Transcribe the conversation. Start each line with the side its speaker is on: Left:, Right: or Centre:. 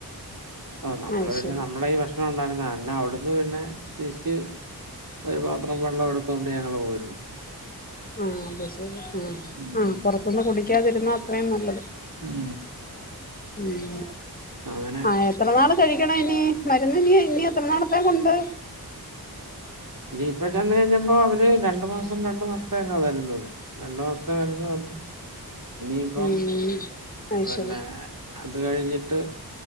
Right: ഓ നമ്മള്
Left: ആ
Right: പിന്നെ
Left: ശരി
Right: നമ്മള ഈ ഭക്ഷണം ഉണ്ടായിരുന്ന എന്നന്നെ അവിടുന്ന് പിന്നെ തിരിച്ച് ഒരു പാത്രം വെള്ളം എടുത്തൊണ്ട് ഞങ്ങള് പോയിരുന്നു
Left: ആ അത് ശരി ആ
Right: ഉം
Left: ആ് പുറത്തുന്ന് കുടിക്കാതിരുന്ന അത്രയും നല്ലത്
Right: ഉം
Left: ഉം
Right: അങ്ങനെ
Left: ആ എത്ര നാള കഴിക്കണ ഇന മരുന്ന് ഇനി ഇനി എത്ര നടത്താൻ കൊണ്ട്
Right: ഇപ്പൊ ചെന്ന കഴിഞ്ഞപ്പോ അവര് രണ്ടു മാസം രണ്ടു മാസത്തേക്കാ തരുന്നത് രണ്ടു മാസത്തേ വരുന്ന ഒന്നും ഇനിയിപ്പം
Left: ഉം അത്
Right: പിന്നെ
Left: ശരി
Right: അത് കഴിഞ്ഞിട്ട്